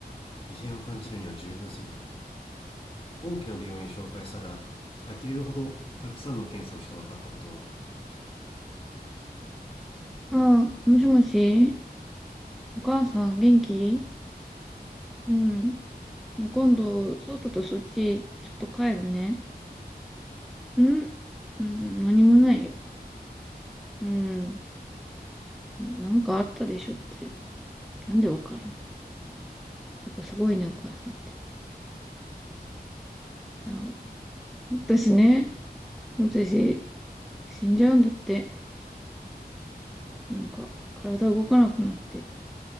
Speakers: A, on the left; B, in the centre.
A: 異変を感じるには十分すぎた。大きな病院を紹介され、呆れるほどたくさんの検査をして分かったことは、
B: ああ、もしもし、お母さん元気うん。今度、そうたとそっち、ちょっと帰るね。んうん、何もないよ。うん。なんかあったでしょって。なんでわかるのやっぱすごいね、お母さんって。いや、私ね、私、死んじゃうんだって。なんか、体動かなくなって、